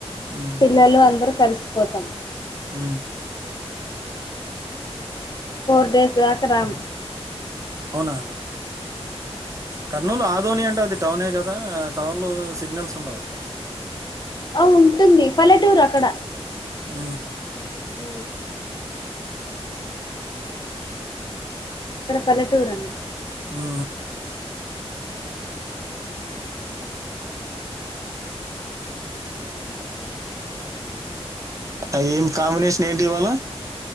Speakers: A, on the right (about 30°); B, on the left (about 40°).
A: హ్మ్.
B: పిల్లలు అందరూ కలిసిపోతాం
A: ఆ
B: ఫోర్ డేస్ రాక రాం
A: అవునా కర్నూలు ఆధోని అంటే అది టౌనే కదా టౌన్ లో సిగ్నల్స్ ఉండవా
B: ఆ ఉంటుంది పల్లెటూరు అక్కడ
A: ఉ
B: ఉ ఇక్కడ పల్లెటూరు అన్న
A: ఉ ఉ అ ఏం కాంబినేషన్ ఏంటి ఇవాళ